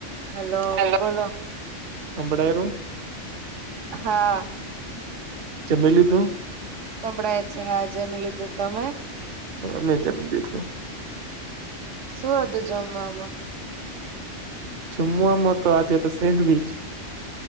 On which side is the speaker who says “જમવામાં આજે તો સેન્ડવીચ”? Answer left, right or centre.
Right